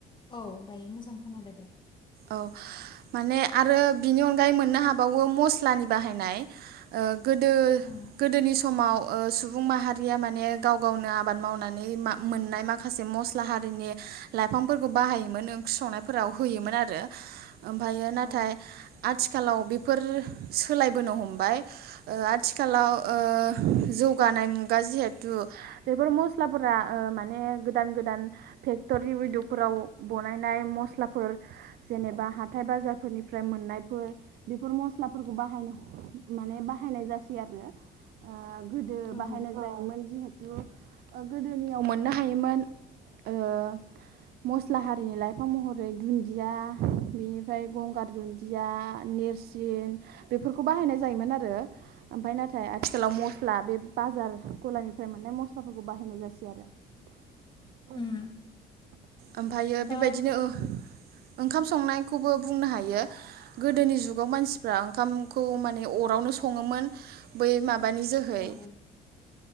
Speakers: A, on the left; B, on the right.
A: औ दायो मोजां खोनाबाय दे
B: औ माने आरो बिनि अनगायै मोननो हाबावो मस्लानि बाहायनाय ओ गोदो
A: उम
B: गोदोनि समाव ओ सुबुं माहारिया माने गाव गावनो आबाद मावनानै मा मोननाय माखासे मस्ला हारिनि लाइफांफोरखौ बाहायोमोन ओं ख्रि संनायफोराव होयोमोन आरो ओमफ्रायो
A: औ
B: नाथाय आथि आथिखालाव बेफोर सोलाय बोनो हमबाय ओ आथिखालाव ओ जौगानाय मुगा जिहेथु बेफोर मस्लाफोरा ओ माने गोदान गोदान भेकतुरि उइदक फोराव बानायनाय मस्लाफोर जेनेबा हाथाय बाजारफोरनिफ्राय मोननायफोर बेफोर मस्लाफोरखौ बाहायनो माने बाहायनाय जासै आरो ओ गोदो
A: औ
B: बाहायनाय जायोमोन जिहेथु ओ गोदोनियाव मोननो हायोमोन ओ मस्ला हा रिनि लाइफां महरै दुन्दिया बेनिफ्राय गंगार दुन्दिया नेरसिन बेफोरखौ बाहायनाय जायोमोन आरो ओमफ्राय नाथाय आथिखालाव मस्ला बे बाजार गलानिफ्राय मोननाय मस्लाफोरखौ बाहायनाय जासै आरो ओ
A: उम
B: ओमफायो
A: दा
B: बेबायदिनो ओ ओंखाम संनाय खौबो बुंनो हायो गोदोनि जुगाव मानसिफ्रा ओंखामखौ माने अरावनो सङोमोन बै मा बानि जोहै
A: औ